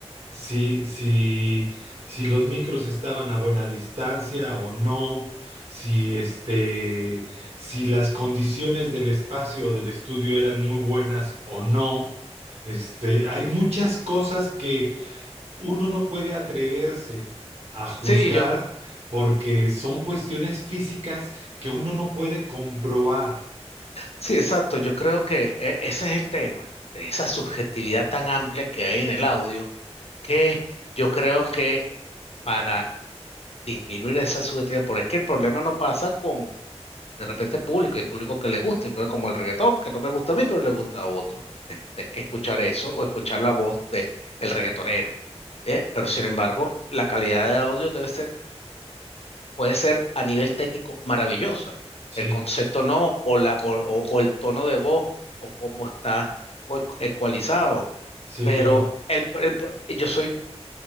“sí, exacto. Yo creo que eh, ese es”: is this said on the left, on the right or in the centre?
Left